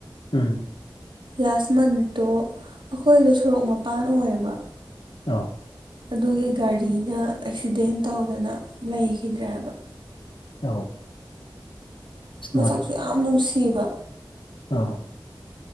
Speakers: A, on the left; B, on the right.
A: ꯎꯝ
B: ꯂꯥꯁ ꯃꯟꯠꯇꯣ ꯑꯩꯈꯣꯏꯗꯣ ꯁꯣꯔꯣꯛ ꯃꯄꯥꯟ ꯑꯣꯏꯌꯦꯕ
A: ꯑꯥ
B: ꯑꯗꯨꯒꯤ ꯒꯥꯔꯤꯅ ꯑꯦꯛꯁꯤꯗꯦꯟ ꯇꯧꯗꯅ ꯂꯩꯈꯤꯗ꯭ꯔ ꯍꯥꯏꯕ꯫
A: ꯑꯧ ꯑꯁ
B: ꯃꯁꯛꯁꯨ ꯌꯥꯝ ꯅꯨꯡꯁꯤꯕ
A: ꯑꯥ